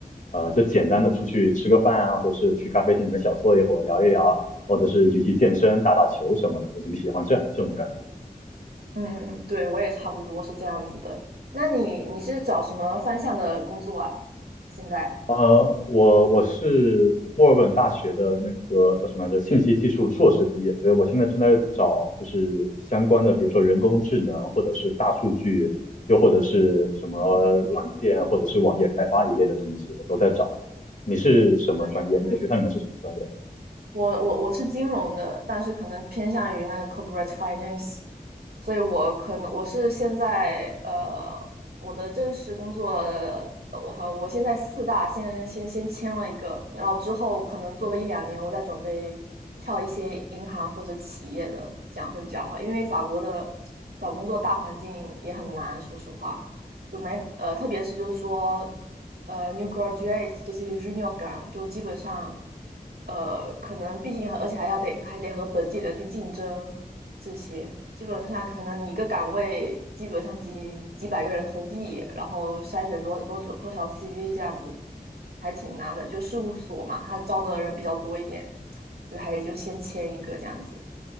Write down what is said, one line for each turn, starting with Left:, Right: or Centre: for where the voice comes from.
Left: 呃，就简单的出去吃个饭啊，或者是去咖啡厅里面小坐一会儿聊一聊，或者是一起去健身、打打球什么的。我就比较喜欢这样这种感觉。
Right: 嗯嗯嗯，对，我也差不多是这样子的。那你你是找什么方向的工作啊？现在？
Left: 呃，我我是墨尔本大学的那个叫什么来着，信息技术硕士毕业，所以我现在正在找就是相关的，比如说人工智能，或者是大数据，又或者是什么软件，
Right: 嗯，
Left: 或者是网页开发一类的东西，我都在找。你是什么专业？
Right: 可以可以。
Left: 你的学校里面是什么专业？
Right: 我我我是金融的，但是可能偏向于那个 corporate finance，所以我可能我是现在呃我的正式工作，呃我和我现在四大先先先签了一个，然后之后可能做个一两年，我再准备跳一些银行或者企业的，这样会比较好，因为法国的找工作大环境也很难，说实话。就没呃，特别是就是说，呃，new graduates 这些 junior 岗，就基本上，呃，可能毕竟而且还要得还得和本地人去竞争，这些基本上可能你一个岗位基本上几几百个人投递，然后筛选多多多少 CV 这样子，还挺难的。就事务所嘛，他招的人比较多一点，所以还得就先签一个这样子。